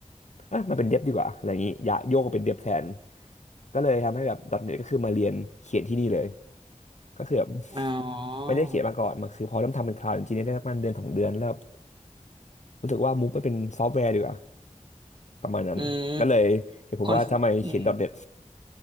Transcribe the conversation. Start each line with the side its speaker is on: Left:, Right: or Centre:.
Left: เอ่ะมันเป็นเดบดีกว่าอะไรอย่างนี้อย่าโยกมาเป็นเดบแทนก็เลยทำให้แบบดอทเน็ตก็คือมาเรียนเขียนที่นี่เลยก็คือแบบ
Right: อ๋อ
Left: ไม่ได้เขียนมาก่อนมันคือพอเริ่มทำเป็นคลาวด์จริงๆได้ประมาณเดือนสองเดือนแล้วแบบรู้สึกว่ามูฟไปเป็นซอฟต์แวร์ดีกว่าประมาณนั้นก็เลยเห็นผมว่าทำไมเขียนดอทเน็ต
Right: อืมคนอืม